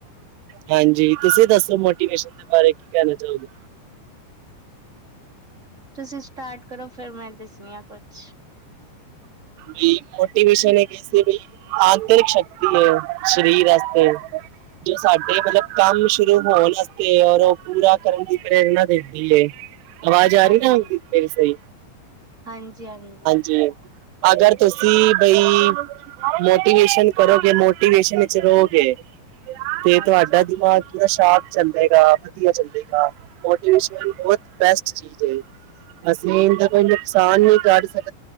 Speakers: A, on the right; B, on the right.
A: ਹਾਂਜੀ ਤੁਸੀਂ ਦੱਸੋ ਮੋਟੀਵੇਸ਼ਨ ਦੇ ਬਾਰੇ ਕੀ ਕਹਿਣਾ ਚਾਹੋਗੇ।
B: ਤੁਸੀਂ ਸਟਾਰਟ ਕਰੋ ਫਿਰ ਮੈਂ ਦੱਸਣੀ ਆ ਕੁਛ
A: ਵੀ ਮੋਟੀਵੇਸ਼ਨ ਕਿਸੀ ਵੀ ਆਂਤਰਿਕ ਸ਼ਕਤੀ ਹੈ ਸ਼ਰੀਰ ਅਸਤੇ ਜੋ ਸਾਡੇ ਮਤਲਬ ਕੰਮ ਸ਼ੁਰੂ ਹੋਣ ਆਸਤੇ ਔਰ ਓ ਪੂਰਾ ਕਰਨ ਦੀ ਪ੍ਰੇਰਨਾ ਦੇਦੀ ਏ। ਆਵਾਜ਼ ਆ
B: ਹਾਂਜੀ,
A: ਰਹੀ ਨਾ ਮੇਰੀ ਸਹੀ
B: ਹਾਂਜੀ, ਹਾਂਜੀ,
A: ਜੀ ਅਗਰ ਤੁਸੀਂ ਬਈ ਮੋਟੀਵੇਸ਼ਨ ਕਰੋਗੇ ਮੋਟੀਵੇਸ਼ਨ ਵਿੱਚ ਰਹੋਗੇ ਤੇ
B: ਹਾਂਜੀ।
A: ਤੁਹਾਡਾ ਦਿਮਾਗ ਪੂਰਾ ਸਾਪ ਚੱਲੇਗਾ ਵਧੀਆ ਚੱਲੇਗਾ ਮੋਟੀਵੇਸ਼ਨ ਬੈਸਟ ਚੀਜ਼ ਹੈ। ਅਸੀਂ ਇਹ ਦਾ ਕੋਈ
B: ਅੱਛਾ,
A: ਨੁਕਸਾਨ ਨਹੀਂ ਕਰ ਸਕਦੇ।